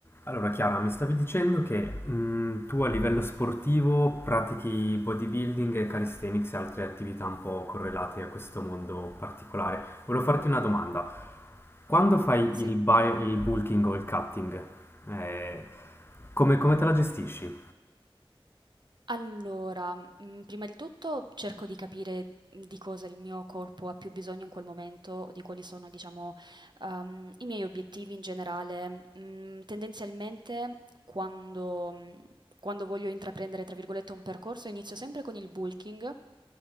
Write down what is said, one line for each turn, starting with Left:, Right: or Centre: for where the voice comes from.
Left: Allora Chiara, mi stavi dicendo che mh, tu a livello sportivo pratichi bodybuilding e calisthenics e altre attività un po' correlate a questo mondo particolare. Volevo farti una domanda. Quando fai
Right: Sì,
Left: il, bi- il bulking o il cutting, eh, come, come te la gestisci?
Right: allora, mhmm, prima di tutto cerco di capire di cosa il mio corpo ha più bisogno in quel momento, o di quali sono, diciamo, Uhm, i miei obiettivi in generale, mhmm, tendenzialmente quando mhmm, quando voglio intraprendere, tra virgolette, "un percorso", inizio sempre con il bulking